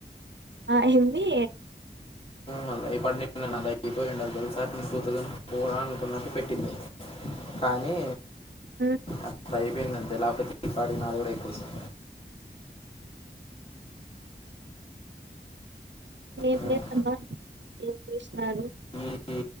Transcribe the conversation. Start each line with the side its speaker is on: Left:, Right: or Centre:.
Right: ఆ హిందీ
Left: మల్ల ఈ పటిండు నాద అయిపోయి రెండ తలసాట్ టూ థౌసండ్ ఫోర్ అని తొనటిటు పెట్టింది <unintelligible> కానీ
Right: ఉం
Left: అట్లా అయిపోయిందంతే లేకపోతే ఈ పాటికీ నాది కూడా అయిపోతుంది
Right: ఏం
Left: ఉమ్,
Right: చేసమ్మా ఏం చేసినారు <unintelligible>
Left: ఈ